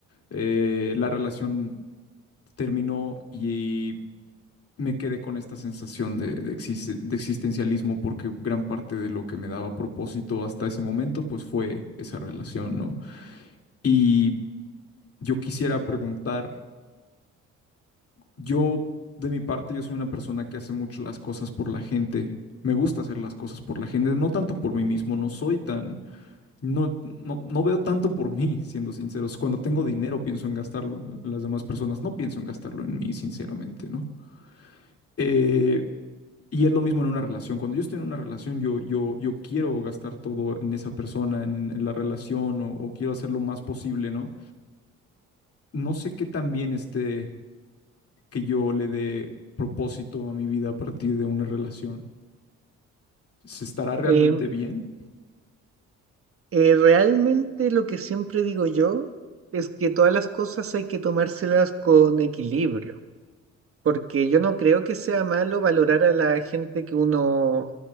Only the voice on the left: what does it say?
eh, la relación terminó y me quedé con esta sensación de, de exis- de existencialismo porque gran parte de lo que me daba propósito hasta ese momento pues fue esa relación, ¿no? Y yo quisiera preguntar, yo de mi parte yo soy una persona que hace mucho las cosas por la gente. Me gusta hacer las cosas por la gente, no tanto por mí mismo, no soy tan, no, no, no veo tanto por mí, siendo sinceros. Cuando tengo dinero pienso en gastarlo en las demás personas, no pienso en gastarlo en mí, sinceramente, ¿no? Eh, y es lo mismo en una relación. Cuando yo estoy en una relación, yo, yo, yo quiero gastar todo en esa persona, en, en la relación, o, o quiero hacer lo más posible, ¿no? No sé qué tan bien esté que yo le dé propósito a mi vida a partir de una relación. ¿Se estará realmente
bien?